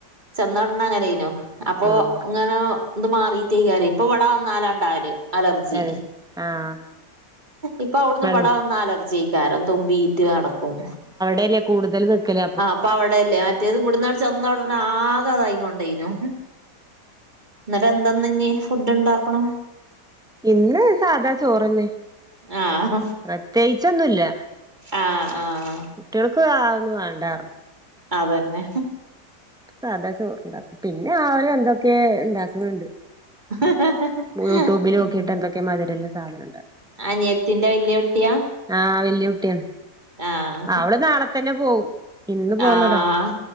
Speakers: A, on the right; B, in the centre.
A: ചെന്നോടന്ന് അങ്ങനെനു അപ്പൊ
B: ആഹ്
A: ഇങ്ങനെ എന്ത് മാറിയിട്ടേ കാര്യം ഇപ്പ ഇവിടെ വന്നാലാണ്ടായാല് അലർജി,
B: ഏഹ് ആഹ്
A: ഇപ്പ അവിടുന്ന്
B: വെള്ളം
A: ഇവിടെ വന്ന അലർജി ആ അന്നേരം തുമ്മീറ്റ് കാണും
B: ല്ലേ കൂതൽ നിൽക്കല
A: ആ അപ്പൊ അവിടെയല്ലേ മറ്റേത് ഇവിടുന്നാൾ ചെന്ന ഉടനെ ആകെ അതായി കൊണ്ടേനു എന്നിട്ട് എന്താ ഇന്നിനി ഫുഡ് ഉണ്ടാക്കണ
B: ഇന്ന് സാധാ ചോറന്നെ
A: ആഹ
B: പ്രത്യേകിച്ചൊന്നുല്ല
A: ആഹ ആഹ
B: കുട്ടികൾക്ക് ആതൊന്നും വേണ്ടായിരുന്നു
A: അതന്നെ
B: സാധാ ചോറുണ്ടാക്കും, പിന്നെ അവര് എന്തൊക്കെ ഉണ്ടാക്കുന്നുണ്ട്.
A: <unintelligible>
B: യൂട്യൂബിൽ നോക്കിയിട്ട്
A: ഉം
B: എന്തക്കെ മധുര ഉള്ള സാധനം ഉണ്ടകും.
A: അനിയത്തിന്റെ വലിയ കുട്ടിയാ
B: ആഹ, വല്യയ കുട്ടിയാണ്
A: ആഹ്
B: അവള് നാളെ തന്നെ പോവും, ഇന്ന് പോന്നതാ.
A: ആഹ്